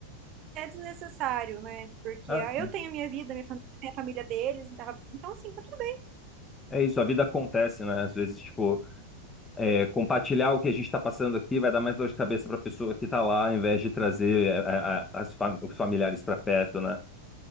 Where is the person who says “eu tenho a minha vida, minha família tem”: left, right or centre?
Right